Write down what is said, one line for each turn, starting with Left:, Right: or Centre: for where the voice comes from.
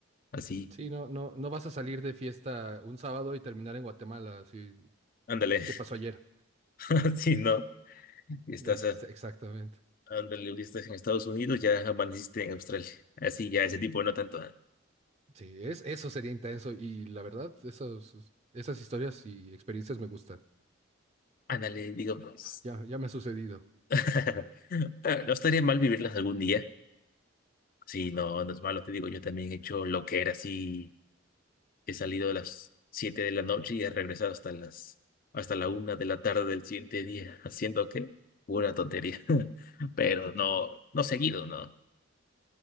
Left: Así,
Right: Sí, no, no, no vas a salir de fiesta un sábado y terminar en Guatemala, así,
Left: ándale,
Right: ¿qué pasó ayer?
Left: <laughs> así no. Estás,
Right: Ex-
Left: a-
Right: exactamente.
Left: ándale, estás en Estados Unidos, ya amaneciste en Australia. Así, ya ese tipo, no tanto. ah,
Right: Sí, es, eso sería intenso y la verdad, esos, esas historias y experiencias me gustan.
Left: Ándale, digamos.
Right: Ya, ya me ha sucedido.
Left: <laughs> Ah, No estaría mal vivirlas algún día. Sí, no, no es malo, te digo, yo también he hecho lo que era así He salido a las 7 de la noche y he regresado hasta las hasta la una de la tarde del siguiente día, <laughs> haciendo que pura tontería. <laughs> Pero no,
Right: Sí.
Left: no seguido, no.